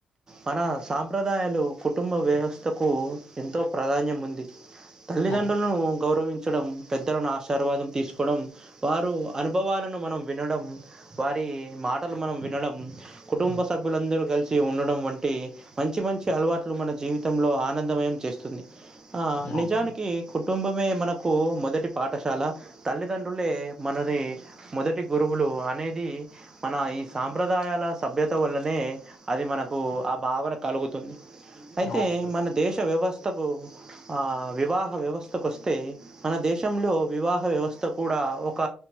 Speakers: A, on the right (about 25°); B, on the left (about 65°).
A: మన సాంప్రదాయాలు కుటుంబ వ్యవస్థకు ఎంతో ప్రాధాన్యం ఉంది. తల్లిదండ్రులను
B: అవును.
A: గౌరవించ్ చడం పెద్దలను ఆశీర్వాదం తీసుకోవడం వారు అనుభవాలను మనం వినడం వారి ఈ మాటలు మనం వినడం కుటుంబ
B: హ్మ్.
A: సభ్యులందరూ కలిసి ఉండడం వంటి మంచి మంచి అలవాట్లు మన జీవితంలో ఆనందమయం చేస్తుంది. ఆ
B: అవునండి.
A: నిజానికి కుట్ కుటుంబమే మనకు మొదటి పాఠశాల తల్లిదండ్రులే మనది మొదటి గురువులు. అనేది మన ఈ సాంప్రదాయాల సభ్యత వల్లనే అది మనకు భా కలుగుతుంది అయితే
B: అవునండి.
A: మన దేశ వ్యవస్థకు ఆ వివాహ వ్యవస్థకు వస్తే మన దేశంలో వివాహ వ్యవస్థ కూడా ఒక